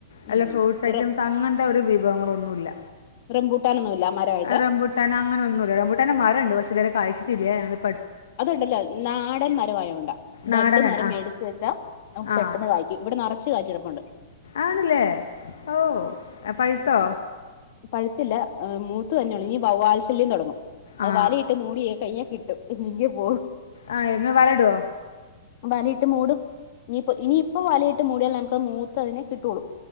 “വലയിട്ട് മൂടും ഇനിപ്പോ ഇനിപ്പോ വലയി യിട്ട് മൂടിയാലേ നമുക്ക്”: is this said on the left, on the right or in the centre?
Left